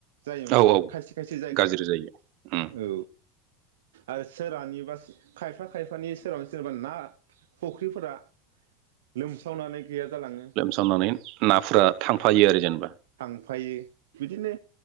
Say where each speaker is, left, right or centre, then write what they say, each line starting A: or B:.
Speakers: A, on the right; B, on the right.
A: जायो माने
B: औ औ
A: खायसे खायसे जायगायाव
B: गाज्रि जायो उम
A: औ आरो सोरानिबा खायफा खायफानि सोरनि सोरबा ना फुख्रिफोरा लोमसावनानै गैया जालाङो।
B: खालामनानै नाफोरा थांफायो आरो जेनेबा
A: फायो बिदिनो